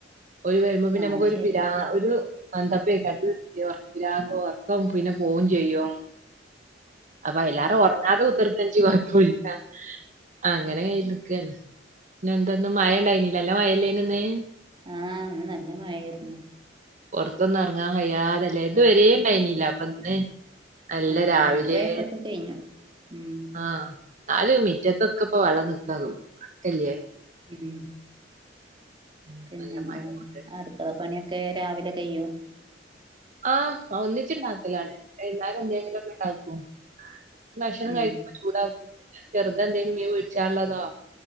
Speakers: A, on the right; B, on the right.
A: ഓല വരുമ്പോ പിന്നെ
B: ആ
A: നമുക്കൊ
B: അത്
A: ഒരു
B: ശരി
A: പിരാന്ത് ഒരു മന്ദപ്പയ്കാരം ഒർക്ക് പിരാന്ത് ഒർക്കം പിന്നെ പോകും ചെയ്യും അപ്പൊ എല്ലാവാരും ഉറങ്ങാതെ കുത്തർത്തനിച്ച് കൊഴപ്പില്ല അങ്ങനെ കയി ക്കാണ് പിന്ന എന്ത ഇന്ന് മഴ ഇണ്ടായിനി ല്ലേ അല്ല മഴല്ലേനെഇന്ന്
B: ആഹ് ന്ന് നല്ല മഴായിരുന്നു
A: പുറത്തൊന്നും എറങ്ങാൻ കയ്യാതല്ലേ ഇത് വരെ ണ്ടായിനില്ല അപ്പൊ ന്ന് നല്ല
B: ആ
A: രാവിലെ
B: രാത്രിയായപ്പൊക്കെ കഴിഞ്ഞു ഉം
A: ആഹ് നാല് മിറ്റത്തൊക്ക ഇപ്പം വെള്ളം നിക്കാ തോന്ന് അടക്കെല്ലേ
B: ഉം
A: ഉം,
B: പിന്നെന്താ
A: നല്ല മരം കൊണ്ട്
B: അടുക്കള പണിയൊ ക്കൊ രാവിലെ കയ്യോ
A: ആഹ് ഒന്നിച്ചു ണ്ടാക്കലാണ് വൈന്നാരം എന്തെങ്കിലും ഒക്കെ ണ്ടാക്കും ഭക്ഷണം
B: ഉം
A: കഴിക്കുമ്പ ചൂടാക്കും ചെറുത എന്തെങ്കിലും മീൻ പെരിച്ചാള്ള തോ